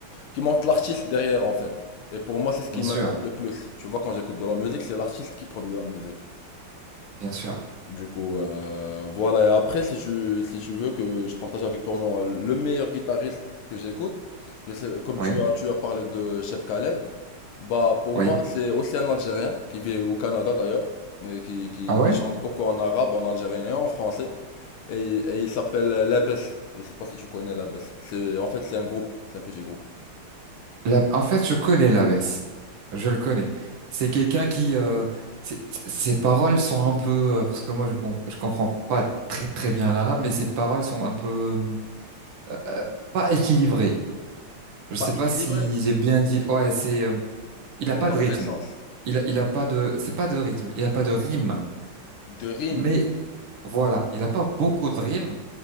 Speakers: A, on the left; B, on the right.
A: qui montre l'artiste derrière en fait. Et pour moi, c'est ce qui
B: bien sûr,
A: m'importe le plus. Tu vois, quand j'écoute de la musique, c'est l'artiste qui produit la musique.
B: bien sûr.
A: Du coup, euh, voilà. Et après, si tu, si tu veux que je partage avec toi mon- euh, le meilleur guitariste que j'écoute, je sais- comme
B: Oui,
A: tu as, tu as parlé de Cheb Khaled, bah, pour
B: oui.
A: moi, c'est aussi un Algérien qui vit au Canada d'ailleurs, et qui, qui,
B: Ah ouais?
A: qui chante beaucoup en arabe, en algérien et en français. Et, et il s'appelle Labès. Je sais pas si tu connais Labès. C'est, en fait, c'est un groupe, c'est un petit groupe.
B: La- en fait, je connais l'abbesse. Je le connais. C'est quelqu'un qui, euh, c'est- ses paroles sont un peu, euh, parce que moi, je, com- je comprends pas très, très bien l'arabe, mais ses paroles sont un peu, euh, pas équilibrées. Je sais
A: Pas
B: pas
A: équilibré,
B: si j'ai bien dit. Ouais, c'est, euh, il
A: mais
B: a pas
A: dans
B: de rythme.
A: quel sens?
B: Il a, il a pas de, c'est pas de rythme. Il a pas de rime.
A: De rime.
B: Mais Voilà, il n'a pas beaucoup de rimes,